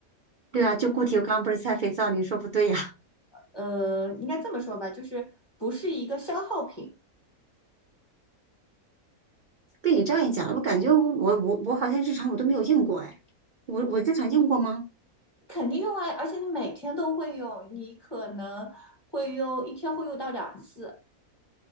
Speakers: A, on the right; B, on the left.
A: 对啊，就固体，我刚刚不是猜肥皂，你说不对呀、
B: 呃，应该这么说吧，就是不是一个消耗品，
A: <laughs> 被你这样一讲，我感觉我我我我好像日常我都没有用过哎，我我日常用过吗？
B: 肯定用啊，而且你每天都会用，你可能会用一天会用到两次，